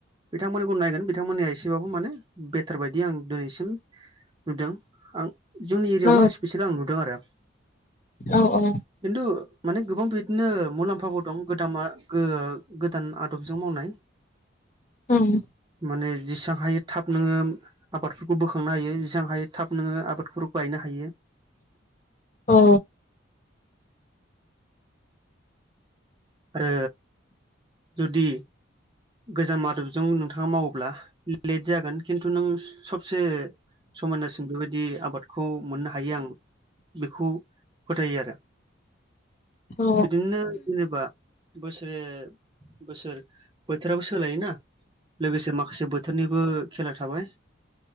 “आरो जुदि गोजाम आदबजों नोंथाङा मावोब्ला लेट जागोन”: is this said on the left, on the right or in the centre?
Right